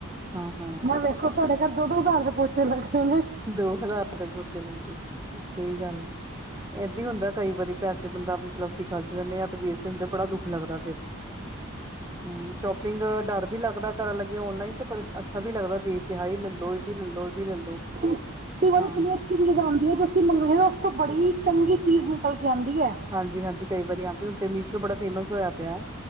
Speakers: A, on the right; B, on the right.
A: ਹਾਂ-ਹਾਂ
B: ਮੈਂ ਵੇਖ ਸਾਡੇ ਘਰ ਦੋ- ਦੋ ਹਜ਼ਾਰ ਦੇ ਪੋਚੇ ਲੱਗਦੇ ਨੇ।
A: ਦੋ ਹਜ਼ਾਰ ਦੇ ਪੋਚੇ ਲੈਂਦੇ, ਸਹੀ ਗੱਲ ਆ, ਏਦੀ ਹੁੰਦਾ ਕਈ ਵਾਰੀ। ਪੈਸੇ ਬੰਦਾ ਮਤਲਬ ਅਸੀ ਖਰਚ ਲੈਂਦੇ ਹਾਂ, ਤੇ ਵੇਸਟ ਹੁੰਦੇ ਬੜਾ ਦੁੱਖ ਲੱਗਦਾ ਫਿਰ। ਹੂੰ, ਸ਼ੋਪਿੰਗ ਡਰ ਵੀ ਲੱਗਦਾ ਕਰਨ ਲੱਗੇ ਔਨਲਾਈਨ ਤੇ, ਪਰ ਅੱਛਾ ਵੀ ਲੱਗਦਾ ਦੇਖ ਕੇ, ਹਾਏ ਲੈ ਇਹ ਵੀ ਲੈਲੋ ਇਹ ਵੀ ਲੈਲੋ।
B: ਕਈ ਵਾਰੀ
A: ਹਾਂ
B: ਇਤਨੀ ਅੱਛੀ ਚੀਜ਼ ਆਂਦੀ ਐ, ਜੋ ਅਸੀਂ ਮੰਗਦੇ ਹਾਂ ਨਾ ਉਸ ਤੋਂ ਬੜੀ ਚੰਗੀ ਚੀਜ਼ ਨਿਕਲ ਕੇ ਆਂਦੀ ਐ।
A: ਹਾਂਜੀ-ਹਾਂਜੀ ਕਈ ਵਾਰੀ ਆਂਦੀ, ਹੁਣ ਤੇ ਮੀਸ਼ੋ ਬੜਾ ਫੇਮਸ ਹੋਇਆ ਪਿਆ।